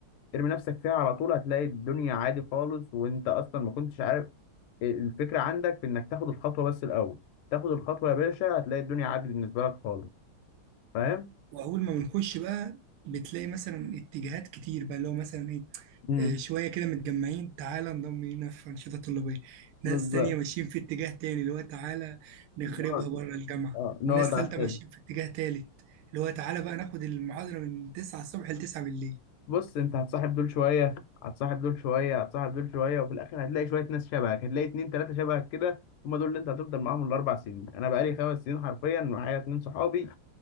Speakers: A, on the left; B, on the right.
A: ارمي نفسك فيها على طول هتلاقي الدنيا عادي خالص وانت اصلا ما كنتش عارف الفكرة عندك في انك تاخد الخطوة بس الاول تاخد الخطوة يا باشا هتلاقي الدنيا عادي بالنسبة لك خالص فاهم
B: واول ما بنخش بقى بتلاقي مثلا اتجاهات كتير بقى اللي هو مثلا ايه
A: امم
B: آه، شويه كده متجمعين تعالى انضم لينا في انشطه طلابيه
A: بالظبط
B: ناس تانية ماشيين في اتجاه تاني اللي هو تعالى نخربها
A: نقعد
B: بره الجامعه
A: اه نقعد
B: وناس
A: على
B: تالتة
A: السلم
B: ماشيين في اتجاه تالت اللي هو تعالى بقى ناخد المحاضره من 9 الصبح ل 9 بالليل
A: بص انت هتصاحب دول شوية هتصاحب دول شوية هتصاحب دول شوية وفي الاخر هتلاقي شوية ناس شبهك هتلاقي اتنين تلاتة شبهك كده هما دول اللي انت هتفضل معاهم الاربع سنين انا بقالي خمس سنين حرفيا معايا اتنين صحابي